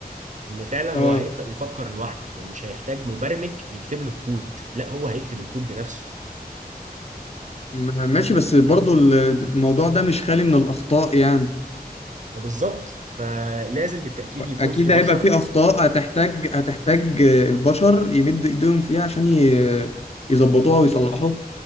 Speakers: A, on the right; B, on the left.
A: ان فعلا
B: اه
A: هو هيبدأ يفكر لوحده هو مش هيحتاج مبرمج يكتب له الكود لا هو هيكتب الكود بنفسه
B: م- ماشي بس برضه ال- الموضوع ده مش خالي من الأخطاء يعني
A: بالظبط فلازم بالتأكيد يكون
B: أكيد
A: في بشر
B: هيبقى في أخطاء هتحتاج هتحتاج البشر يمدوا إيديهم فيها عشان ي- يظبطوها ويصلحوها